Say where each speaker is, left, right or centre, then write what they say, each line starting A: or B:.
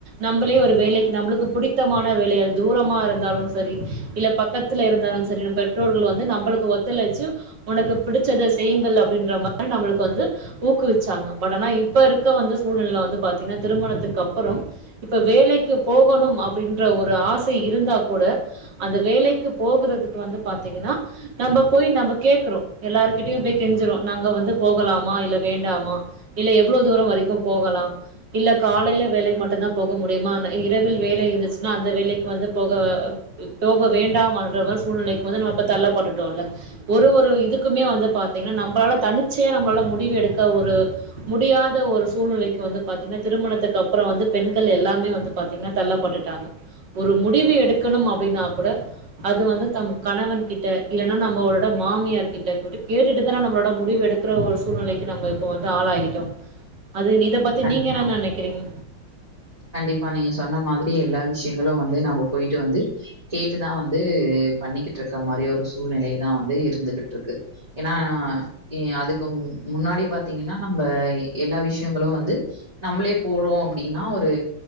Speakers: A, on the right; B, on the right.
A: நம்பளே ஒரு வேலைக்கு நம்பளுக்கு புடித்தமான வேலையா தூரமா இருந்தாலு சரி இல்ல பக் கத்துல இருந்தாலு சரி பெற்றோர்கள் வந்து நம்பளுக்கு ஒத்துழச்சு ஒனக்கு புடிச்சத செய்யுங்கள் அப்டின்ற மாரி நம்மளுக்கு வந்து ஊக்குவிச் சாங்க பட் ஆனா இப்ப இருக்க வந்து சூழ்நெல வந்து பாத்தீங்கன்னா திருமணத்துக்கு அப்புறம் இப்ப வேலைக்கு போகணும் அப்டின்ற ஒரு ஆசை இருந்தா கூட அந்த வேலைக்குப் போகுறதுக்கு வந்து பாத்தீங்கனா நம்ப போய் நம்ப கேக்றோ எல்லாருகிட்டியும் போய் கெஞ்சிரோ நாங்க வந்து போகலாமா இல்ல வேண்டாமா இல்ல எவ்ளோ தூரோ வரிக்கும் போகலா இல்லக் காலைல வேலை மட்டுந்தா போக முடியுமான இரவில் வேலை இருந்துச்னா அந்த வேலைக் வந்துப் போக தோக வேண்டாம் அன்ற மாரி சூழ்நிலைக்கு வந்து நம்ம தள்ளபட்டுட்டோல்ல ஒரு ஒரு இதுக்குமே வந்து பாத்தீங்கனா நம்பளால தனிச்சையா நம்ளால முடிவு எடுக்க ஒரு முடியாத ஒரு சூழ்நிலைக்கு வந்துப் பாத்தீங்கனா திருமணத்துக்கு அப்றோ வந்து பெண்கள் எல்லாமே வந்துப் பா்த்தீங்னா தள்ளப்பட்டுட்டாங்க ஒரு முடிவு எடுக்கணும் அப்டினாக் கூட அது வந்து தம் கணவன் கிட்ட இல்னனா நம்மோட மாமியார் கிட்ட கூட கேட்டுட்டுதான நா நம்ளோட முடிவு எடுக் க்ற ஒரு சூழ்நிலைக்கு நம்ம இப்ப வந்து ஆளாகிட்டோ அது நிதப் பத்தி
B: கண்டிப்பா.
A: நீங்க என்னா நெனைக்கிறீங்க
B: கண்டிப்பா நீங்க சொன்ன மாதிரி எல்லா விஷ்யங்களு வந்து நம்ம போயிட்டு வந்து கேட்டுதா வந்து பண்ணிக்கிட்ருக்கா மாரி ஒரு சூழ்நிலைதா வந்து இருந்துகிட்ருக்கு எனா இ அதுக்கும் முன்னாடிப் பாத்தீங்கினா நம்ப எல்லா விஷ்யங்களு வந்து நம்ளேப் போறோ அப்டினா ஒரு